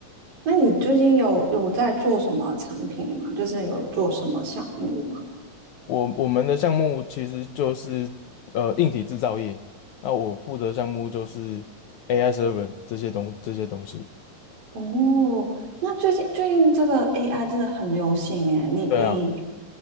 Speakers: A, on the right; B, on the left.
A: 那你最近有有在做什么产品吗？就是有做什么项目吗？
B: 我我们的项目其实就是呃硬体制造业，那我负责项目就是 AI server 这些东这些东西。
A: 哦，那最近最近这个 AI 真的很流行诶，你你，
B: 对啊，我